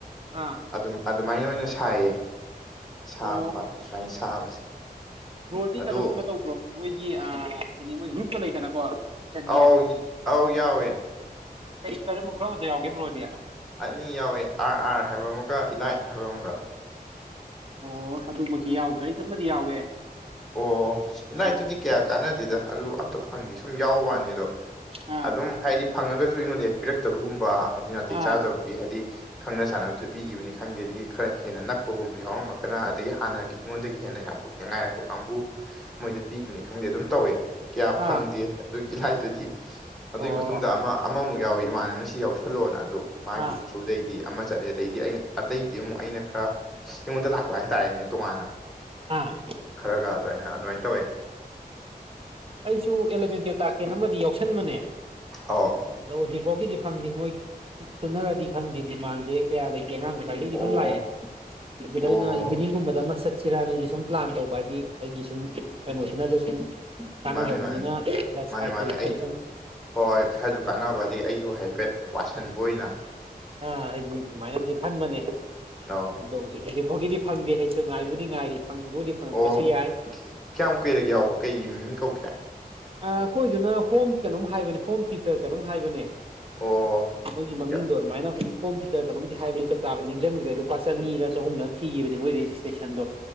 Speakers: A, on the right (about 35°); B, in the centre.
A: ꯑꯥ
B: ꯑꯗꯨꯝ ꯑꯗꯨꯃꯥꯏꯅ ꯑꯣꯏꯅ ꯁꯥꯏꯌꯦ ꯁꯥꯕ
A: ꯑꯣ
B: ꯁꯨꯃꯥꯏꯅ ꯁꯥꯕꯖꯦ
A: ꯕ꯭ꯔꯣꯗꯤ
B: ꯑꯗꯣ
A: ꯀꯩꯅꯣꯒꯨꯝꯕ ꯇꯧꯕ꯭ꯔꯣ ꯃꯣꯏꯒꯤ ꯑꯥ ꯍꯥꯏꯗꯤ ꯃꯣꯏ ꯒ꯭ꯔꯨꯞꯀ ꯂꯩꯗꯅꯀꯣ ꯇꯨꯏꯁꯟꯒꯤ
B: ꯑꯥꯎ ꯑꯥꯎ ꯌꯥꯎꯋꯦ
A: ꯀꯩ ꯀꯔꯝꯕ ꯀꯔꯝꯕꯗ ꯌꯥꯎꯒꯦ ꯕ꯭ꯔꯣꯗꯤ
B: ꯑꯅꯤ ꯌꯥꯎꯋꯦ ꯑꯥꯔ ꯑꯥꯔ ꯍꯥꯏꯕ ꯑꯃꯒ ꯏꯂꯥꯏꯠ ꯍꯥꯏꯕ ꯑꯃꯒ
A: ꯑꯣ ꯑꯗꯨꯃꯛꯇ ꯌꯥꯎꯗ꯭ꯔꯦ ꯑꯩꯁꯨ ꯑꯃꯗꯤ ꯌꯥꯎꯋꯦ
B: ꯑꯣ ꯏꯅꯥꯏꯠꯇꯨꯗꯤ
A: ꯑꯗꯨ
B: ꯀꯌꯥ ꯀꯥꯟꯅꯗꯦꯗ ꯑꯗꯨ ꯑꯝꯇ ꯐꯪꯗꯦ ꯁꯨꯝ ꯌꯥꯎꯕ ꯋꯥꯅꯦ ꯑꯗꯣ
A: ꯑꯥ
B: ꯑꯗꯨꯝ ꯍꯥꯏꯗꯤ ꯐꯪꯉꯒꯁꯨ ꯑꯩꯉꯣꯟꯗ ꯍꯦꯛ ꯄꯤꯔꯛꯇꯕꯒꯨꯝꯕ ꯍꯥꯏꯗꯤ ꯅꯥꯇꯩ
A: ꯑꯥ
B: ꯆꯥꯗꯕꯒꯤ ꯍꯥꯏꯗꯤ ꯈꯪꯅ ꯆꯥꯟꯅꯕꯗ ꯄꯤꯒꯤꯕꯅꯦ ꯈꯪꯗꯦ ꯑꯗꯒꯤ ꯈꯔ ꯍꯦꯟꯅ ꯅꯛꯄꯒꯨꯝꯕ ꯌꯥꯎꯔꯝꯃꯒꯅ ꯑꯗꯒꯤ ꯍꯥꯟꯅꯒꯤ ꯑꯩꯉꯣꯟꯗꯒꯤ ꯍꯦꯟꯅ ꯌꯥꯝ ꯀꯨꯏꯅ ꯉꯥꯏꯔꯛꯄ ꯀꯥꯡꯕꯨ ꯃꯣꯏꯗ ꯄꯤꯒꯤꯕꯅꯤ ꯈꯪꯗꯦ ꯑꯗꯨꯝ ꯇꯧꯋꯦ ꯀꯌꯥ
A: ꯑꯥ
B: ꯐꯪꯗꯦ ꯑꯗꯨꯒꯤ ꯏꯂꯥꯏꯠꯇꯨꯗꯤ ꯑꯗꯨꯏ
A: ꯑꯣ
B: ꯃꯇꯨꯡꯗ ꯑꯃ ꯑꯃꯃꯨꯛ ꯌꯥꯎꯏ ꯏꯃꯥꯟꯅꯕꯅ ꯁꯤ ꯌꯥꯎꯁꯜꯂꯣꯅ ꯑꯗꯨ ꯃꯥꯒꯤ
A: ꯑꯥ
B: ꯊꯨꯔ ꯑꯗꯨꯗꯩꯗꯤ ꯑꯃ ꯆꯠꯂꯦ ꯑꯗꯩꯗꯤ ꯑꯩꯅ ꯑꯇꯩꯗꯤ ꯑꯃꯨꯛ ꯑꯩꯅ ꯈꯔ ꯑꯩꯉꯣꯟꯗ ꯂꯥꯛꯄ ꯍꯥꯏꯇꯥꯔꯦꯅꯦ ꯇꯣꯉꯥꯟꯅ
A: ꯍꯥꯥ
B: ꯈꯔꯒ ꯑꯗꯨꯋꯥꯏꯅ ꯑꯗꯨꯋꯥꯏꯅ ꯇꯧꯋꯦ
A: ꯑꯩꯁꯨ ꯑꯦꯂꯚꯦꯟ ꯇꯨꯋꯦꯞ ꯇꯥꯀꯦꯅ ꯑꯃꯗꯤ ꯌꯥꯎꯁꯟꯕꯅꯦ
B: ꯑꯧ
A: ꯑꯗꯣ ꯍꯧꯖꯤꯛꯐꯥꯎꯒꯤꯗꯤ ꯐꯪꯗꯦ ꯃꯣꯏꯒꯤ <unintelligible> ꯇꯨꯅꯔꯗꯤ ꯈꯪꯗꯦ ꯗꯤꯃꯥꯟꯖꯦ ꯀꯌꯥ ꯂꯩꯇꯦ ꯑꯉꯥꯡꯁꯦ <unintelligible>
B: ꯑꯣ
A: ꯑꯗꯨꯝ ꯂꯥꯛꯑꯦ <unintelligible>
B: ꯑꯣ
A: ꯏꯚꯤꯅꯤꯡꯒꯨꯝꯕꯗ ꯑꯃ ꯆꯠꯁꯤꯔꯥꯅ ꯑꯩꯗꯤ ꯁꯨꯝ ꯄ꯭ꯂꯥꯟ ꯇꯧꯕ ꯍꯥꯏꯗꯤ ꯑꯩꯒꯤ ꯁꯨꯝ ꯀꯩꯅꯣꯁꯤꯅꯖꯨ ꯁꯨꯝ ꯀꯥꯟꯅꯗꯕꯅꯤꯅ
B: ꯃꯥꯅꯦ ꯃꯥꯅꯦ
A: ꯈꯔ
B: ꯃꯥꯅꯦ
A: ꯁꯥꯏꯠꯇꯁꯨ
B: ꯃꯥꯅꯦ ꯑꯩ
A: ꯈꯔ ꯁꯨꯝ
B: ꯍꯣꯏ ꯈꯔꯖꯨ ꯀꯥꯟꯅꯕ ꯑꯗꯩ ꯑꯩꯁꯨ ꯍꯥꯏꯐꯦꯠ ꯄꯥꯁꯟꯕ ꯑꯣꯏꯅ
A: ꯑꯥ ꯑꯩꯗꯤ ꯑꯗꯨꯃꯥꯏꯅꯗꯤ ꯈꯟꯕꯅꯦ
B: ꯑꯧ
A: ꯑꯗꯣ ꯍꯧꯖꯤꯛ ꯍꯧꯖꯤꯛꯐꯥꯎꯒꯤꯗꯤ ꯐꯪꯗꯦ ꯑꯩꯁꯨ ꯉꯥꯏꯕꯨꯗꯤ ꯉꯥꯏꯔꯤ ꯐꯪꯕꯨꯗꯤ ꯐꯪꯉꯛꯄꯁꯨ
B: ꯑꯣ
A: ꯌꯥꯏ
B: ꯀꯌꯥꯝ ꯀꯨꯏꯔꯒ ꯌꯥꯎꯕ ꯀꯩ ꯃꯃꯤꯡ ꯀꯧꯒꯦ
A: ꯑꯥ ꯑꯩꯈꯣꯏꯗꯨꯅ ꯍꯣꯝ ꯀꯩꯅꯣꯝ ꯍꯥꯏꯕꯅꯦ ꯍꯣꯝ ꯇ꯭ꯌꯨꯇꯔ ꯀꯩꯅꯣꯝ ꯍꯥꯏꯕꯅꯦ
B: ꯑꯣ
A: ꯃꯣꯏꯒꯤ ꯃꯃꯤꯡꯗꯣ
B: ꯌꯥ-
A: ꯑꯗꯨꯃꯥꯏꯅ ꯍꯣꯝ ꯇ꯭ꯌꯨꯇꯔ ꯀꯩꯅꯣꯝꯗꯤ ꯍꯥꯏꯕꯅꯤ ꯆꯞ ꯆꯥꯕ ꯅꯤꯡꯖꯤꯡꯗ꯭ꯔꯦ ꯂꯨꯄꯥ ꯆꯅꯤꯔ ꯆꯍꯨꯝꯂ ꯊꯤꯒꯤꯕꯅꯦ ꯃꯣꯏ ꯔꯦꯖꯤꯁꯇ꯭꯭ꯔꯦꯁꯟꯗꯣ